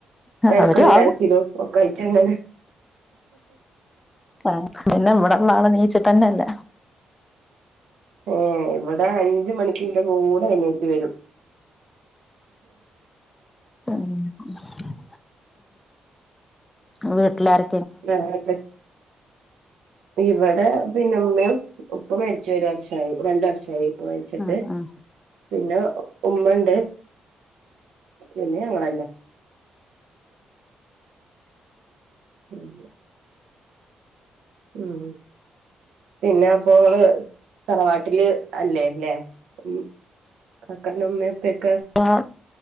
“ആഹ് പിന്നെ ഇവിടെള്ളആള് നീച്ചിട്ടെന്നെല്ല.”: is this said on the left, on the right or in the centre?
Left